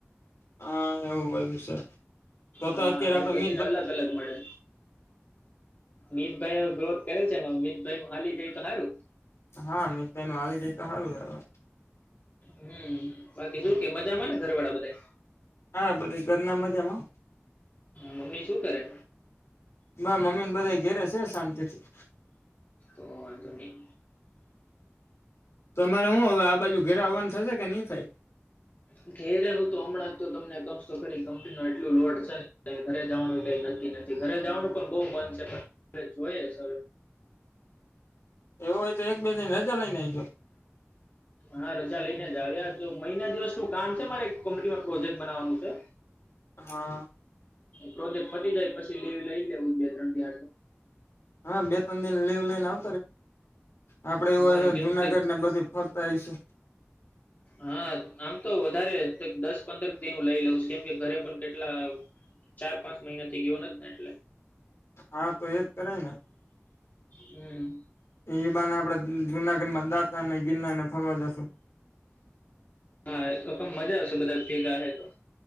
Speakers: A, on the left (about 70°); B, on the left (about 40°).
A: હા એવું બધું છે તો તો
B: હા
A: અત્યારે આપડે
B: એ બધીને
A: મ
B: અલગ અલગ મળે મિતભાઈ ગ્રોથ કરેલ છે મિતભાઈું હાલી જાય તો સારું
A: હા મિતભાઈ નું આવી જાય તો સારું હ
B: હમ બાકી શું કે મા જ ને ઘરવાળા બધા
A: હા બધ ઘર ના મજામાં
B: મમ્મી શું કરે
A: મમ્મી ને બધા ઘેરે છે શાંતિથી
B: તોની
A: તમારે હું હવે આ બાજુ ઘેરે આવવાનું થશે કે નહી થાય
B: હ ઘેરે ન તો હમણાં તો તમને ક ખરી કંપની ન એટલું લોડ છે ઘરે જવાનું કઈ નક્કી નથી ઘરે જવાનું પણ બહુ બંધ છે પણ હ જોઈએ હવે
A: એવું હોય તો એક બે દિન રજા લઈને આઈજો
B: હા રજા લઈને જ આવેજ મહિના દિવસ નું કામ છે મારે કંપનીમાં એક પ્રોજેક્ટ બનાવાનું છે
A: હા
B: પ્રોજેક્ટ ફતી જાય પછી દેવી લઈ લેવું બે ત્રણ દિહ
A: હા બે ત્રણ દિ લીવ લઈને આવ આપડે એવું
B: હા કેમ
A: જુનાગઢ
B: કે
A: ને બધી ફરતા આવીઈશું
B: હા આમ તો વધારે દસ પંદર દિનું લઈ લઉં કેમ કે ઘરે પણ કેટલા ચાર પાંચ મહિના થી ગયો નથી ને એટલે
A: હા તો એજ કરાય ને
B: હમ
A: એ બાને આપણેે જુનાગઢમાં દાતા અને ગિરનાર ને ફરવા જશું
B: હા તો ક મજા આવશે બધા ીકા તો